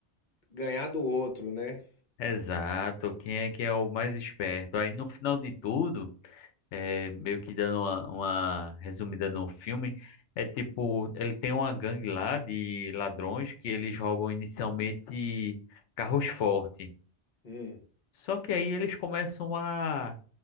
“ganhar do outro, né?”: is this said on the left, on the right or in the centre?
Left